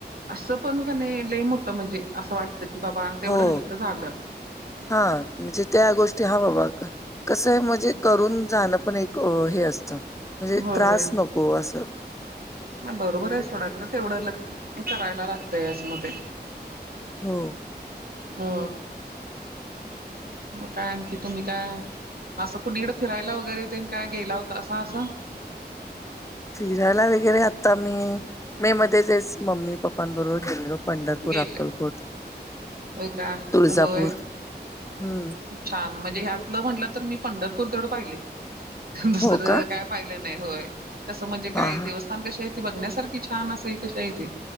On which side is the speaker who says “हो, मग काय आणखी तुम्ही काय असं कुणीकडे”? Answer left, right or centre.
Right